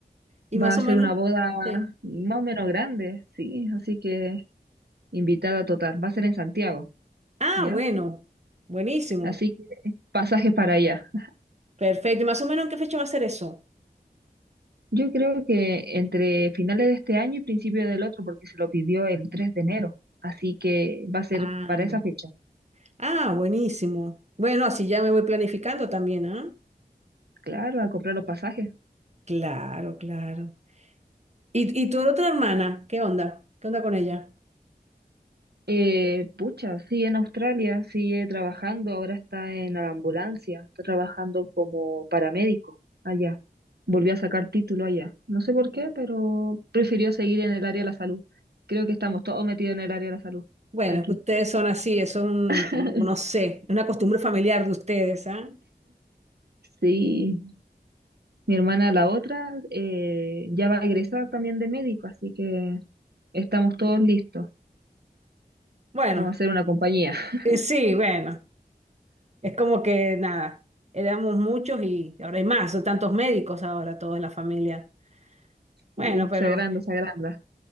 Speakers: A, on the right; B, on the right.
A: Y más
B: Va a
A: o menos.
B: ser una boda
A: Sí.
B: más o menos grande, sí, así que invitada total. Va a ser en Santiago,
A: Ah,
B: ¿ya?
A: bueno, buenísimo.
B: Así que pasajes para allá.
A: Perfecto. ¿Y más o menos en qué fecha va a ser eso?
B: Yo creo que entre finales de este año y principio del otro, porque se lo pidió el 3 de enero. Así que va a ser
A: Ah,
B: para esa fecha.
A: ah, buenísimo. Bueno, así ya me voy planificando también, ¿ah?
B: Claro, a comprar los pasajes.
A: Claro, claro. ¿Y, y tu otra hermana? ¿Qué onda? ¿Qué onda con ella?
B: Eh, pucha, sigue en Australia, sigue trabajando, ahora está en la ambulancia, está trabajando como paramédico allá. Volvió a sacar título allá. No sé por qué, pero prefirió seguir en el área de la salud. Creo que estamos todos metidos en el área de la salud
A: Bueno,
B: aquí.
A: es que ustedes son así, eso es un,
B: <laughs>
A: como, no sé, una costumbre familiar de ustedes, ¿ah?
B: Sí. Mi hermana, la otra, eh, ya va a egresar también de médico, así que estamos todos listos.
A: Bueno,
B: Vamos a hacer una compañía. <laughs>
A: eh, sí, bueno. Es como que nada, éramos muchos y ahora hay más, son tantos médicos ahora, todos en la familia. Bueno,
B: Sí,
A: pero
B: se agranda, se agranda.